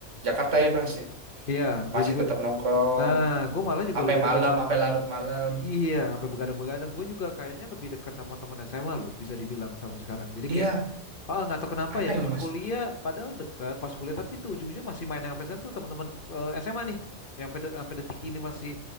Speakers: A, on the right; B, on the left.
A: Jakarta ya bang sih
B: iya gue
A: masih
B: juga
A: tetap nongkrong
B: nah gue malah juga
A: sampai
B: lebih
A: malam
B: dekat sama
A: sampai larut malam
B: Iya, sampai begadang-begadang. Gue juga kayaknya lebih dekat sama temen SMA loh, bisa dibilang sampai sekarang. Jadi kayak,
A: iya
B: ah nggak tahu kenapa
A: aneh
B: ya temen
A: loh mas
B: kuliah, padahal dekat pas kuliah, tapi tuh ujungnya masih main yang sampai sekarang tuh teman-teman eh, SMA nih, yang sampai de- sampai detik ini masih